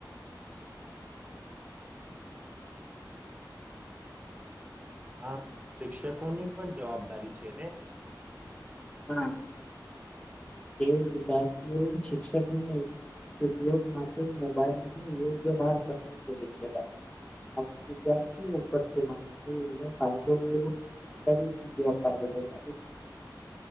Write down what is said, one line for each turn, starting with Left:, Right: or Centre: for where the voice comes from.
Right: હા શિક્ષકોની પણ જવાબદારી છે ને
Left: હા તે વિદ્યાર્થીઓ શિક્ષક ઉપયોગ માટે મોબાઈલ ન યોગ્ય માર્ બનાવી શકે છે આપ વિદ્યાર્થીઓ ઉપર છે ભાઈ એનો ફાયદો તરી દર ફાયદો અ